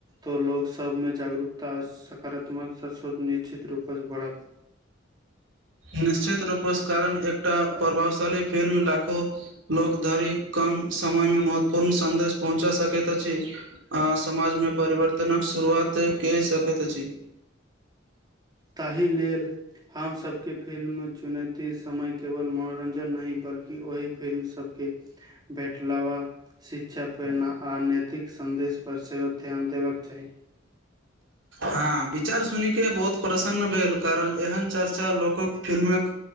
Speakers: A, on the right; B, on the right.
A: त लोक सभमे जागरूकता आ सकारात्मक सोच निश्चित रूपसँ बढ़त।
B: निश्चित रूपसँ कारण एकटा प्रभावशाली फिल्म लाखो लोक धरि कम समयमे महत्वपूर्ण सन्देश पहुँचा सकैत अछि। आ समाजमे परिवर्तनक शुरुआत कै सकैत अछि।
A: ताहि लेल हमसब के फिल्म चुनैति समय केवल मनोरंजन नहि बल्कि ओहि फिल्म सभके भेटलवा। शिक्षा, प्रेरणा आ नैतिक सन्देशपर सेहो ध्यान देबाक चाही।
B: हाॅं, विचार सुनि के बहुत प्रसन्न भेल कारण एहन चर्चा लोकोक फिल्मेक